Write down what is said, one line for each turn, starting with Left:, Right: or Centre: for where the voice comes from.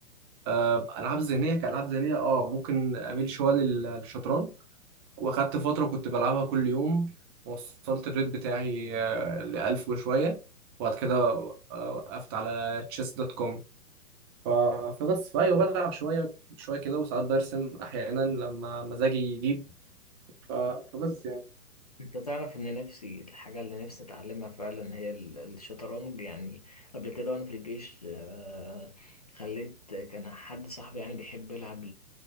Right: آه، ألعاب ذهنية كألعاب ذهنية اه ممكن أميل شوية لل- للشطرنج وأخدت فترة كنت بلعبها كل يوم وصلت الريت بتاعي آه، لألف وشوية وبعد كده آه، وقفت على تشيس دوت كوم ف... فبس فأيوه بلعب شوية شوية كده وساعات برسم أحيانا لما مزاجي يجيب ف... فبس يعني
Left: انت تعرف ان نفسي الحاجة اللي نفسي اتعلمها فعلا هي ال- الشطرنج يعني قبل كده وانا في الجيش آه، خليت كان حد صاحبي يعني بيحب يلعب